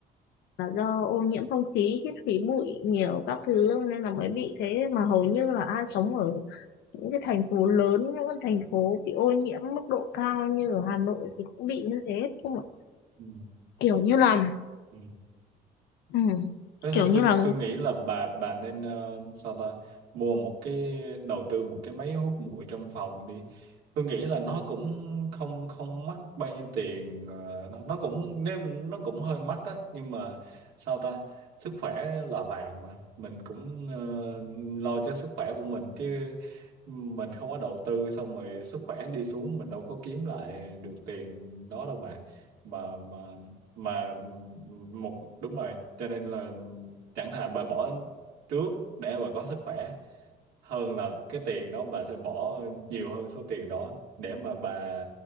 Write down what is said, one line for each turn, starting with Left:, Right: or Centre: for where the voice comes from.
Left: là do ô nhiễm không khí hít khí bụi nhiều các thứ nên là mới bị thế mà hầu như là ai sống ở những cái thành phố lớn những cái thành phố bị ô nhiễm mức độ cao như ở Hà Nội thì cũng bị như thế không ạ?
Right: Ừ.
Left: kiểu như là
Right: Ừ.
Left: ừ,
Right: Thế
Left: kiểu
Right: thì
Left: như
Right: tôi
Left: là
Right: tôi nghĩ là bà bà nên ờ, sao ta mua một cái đầu tư một cái máy hút bụi trong phòng đi. Tôi nghĩ là nó cũng không không mắc bao nhiêu tiền ờ, nó nó cũng nếu nó cũng hơi mắc á nhưng mà sao ta sức khỏe là vàng mà mình cũng ờ, lo cho sức khỏe của mình chứ mình không có đầu tư xong rồi sức khỏe đi xuống mình đâu có kiếm lại được tiền đó đâu bà mà mà mà một đúng rồi cho nên là chẳng thà bà bỏ trước để bà có sức khỏe hơn là cái tiền đó bà sẽ bỏ nhiều hơn số tiền đó để mà bà